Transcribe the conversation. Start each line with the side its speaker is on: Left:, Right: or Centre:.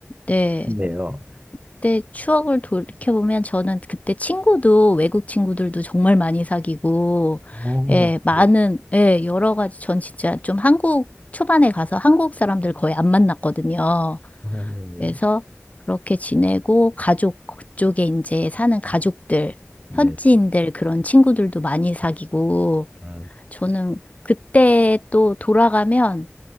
Left: 네.
Right: 싶네요.
Left: 그때 추억을 돌이켜보면 저는 그때 친구도 외국 친구들도 정말 많이 사귀고,
Right: 오,
Left: 예, 많은,
Right: 네.
Left: 예, 여러 가지 전 진짜 좀 한국 초반에 가서 한국 사람들 거의 안 만났거든요.
Right: 아, 네.
Left: 그래서 그렇게 지내고 가족 그쪽에 이제 사는 가족들,
Right: 네.
Left: 현지인들 그런 친구들도 많이 사귀고,
Right: 아,
Left: 저는 그때 또 돌아가면,